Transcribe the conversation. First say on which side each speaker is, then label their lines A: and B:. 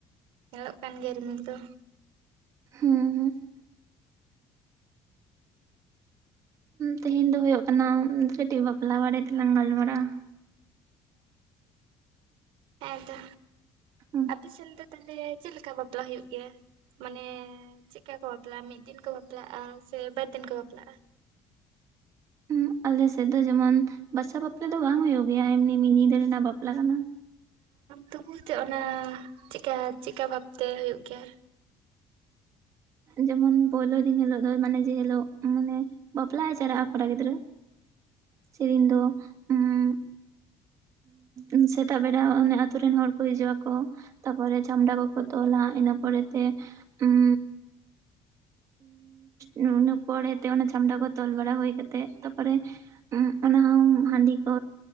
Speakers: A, on the right; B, on the right.
A: ᱧᱮᱞᱚᱜ ᱠᱟᱱ ᱜᱮᱭᱟ ᱨᱤᱢᱤᱞ ᱫᱚ᱾
B: ᱦᱸ ᱻ ᱛᱮᱦᱮᱧ ᱫᱚ ᱦᱩᱭᱩᱜ ᱠᱟᱱᱟ ᱠᱟᱹᱴᱤᱡ ᱵᱟᱯᱞᱟ ᱵᱟᱨᱮ ᱛᱮᱞᱟᱝ ᱜᱟᱞ ᱢᱟᱨᱟᱜᱼᱟ᱾
A: ᱦᱮᱸ ᱛᱚ,
B: ᱦᱩᱸ
A: ᱟᱯᱮ ᱥᱮᱱ ᱫᱚ ᱛᱟᱦᱞᱮ ᱪᱮᱫ ᱞᱮᱠᱟ ᱵᱟᱯᱞᱟ ᱦᱩᱭᱩᱜ ᱜᱮᱭᱟ? ᱢᱟᱱᱮ ᱪᱮᱫ ᱠᱟ ᱠᱚ ᱵᱟᱯᱞᱟᱜᱼᱟ ᱢᱤᱫ ᱫᱤᱱ ᱠᱚ ᱵᱟᱯᱞᱟᱜᱼᱟ, ᱥᱮ ᱵᱟᱨ ᱫᱤᱱ ᱠᱚ ᱵᱟᱯᱞᱟᱜᱼᱟ?
B: ᱦᱩᱸ ᱟᱞᱮ ᱥᱮᱫ ᱫᱚ ᱡᱮᱢᱚᱱ ᱵᱟᱥᱟ ᱵᱟᱯᱞᱟ ᱫᱚ ᱵᱟᱝ ᱦᱩᱭᱩᱜ ᱜᱮᱭᱟ, ᱮᱢᱱᱤ ᱢᱤᱫ ᱧᱤᱫᱟᱹ ᱨᱮᱱᱟᱜ ᱵᱟᱯᱞᱟ ᱠᱟᱱᱟ᱾
A: ᱛᱚᱵᱩ <unintelligible> ᱚᱱᱟ ᱪᱮᱫᱠᱟ ᱪᱮᱫᱠᱟ ᱵᱷᱟᱯ ᱛᱮ ᱦᱩᱭᱩᱜ ᱜᱮ ᱭᱟ᱾
B: ᱡᱮᱢᱚᱱ ᱯᱳᱭᱞᱳ ᱫᱤᱱ ᱦᱤᱞᱳᱜ ᱫᱚ ᱢᱟᱱᱮ ᱡᱮ ᱦᱤᱞᱳᱜ ᱢᱟᱱᱮ ᱵᱟᱯᱞᱟᱜ ᱮ ᱪᱟᱞᱟᱜᱼᱟ ᱠᱚᱲᱟ ᱜᱤᱫᱽᱨᱟᱹ ᱥᱮ ᱫᱤᱱ ᱫᱚ ᱩᱸᱻ ᱩᱸ ᱥᱮᱛᱟᱜ ᱵᱮᱲᱟ ᱚᱱᱮ ᱟᱛᱳ ᱨᱮᱱ ᱦᱚᱲ ᱠᱚ ᱦᱤᱡᱩᱜ ᱟᱠᱚ ᱛᱟ ᱯᱚᱨᱮ ᱪᱷᱟᱢᱰᱟ ᱠᱚ ᱠᱚ ᱛᱚᱞᱼᱟ ᱤᱱᱟᱹ ᱯᱚᱨᱮ ᱛᱮ ᱩᱸ ᱤᱱᱟᱹ ᱯᱚᱨᱮ ᱛᱮ ᱚᱱᱟ ᱪᱷᱟᱢᱰᱟ ᱠᱚ ᱛᱚᱞ ᱵᱟᱲᱟ ᱦᱩᱭ ᱠᱟᱛᱮᱜ ᱛᱟᱯᱚᱨᱮ᱾ ᱚᱱᱟ ᱦᱚᱸ ᱦᱟᱹᱰᱤ ᱠᱚ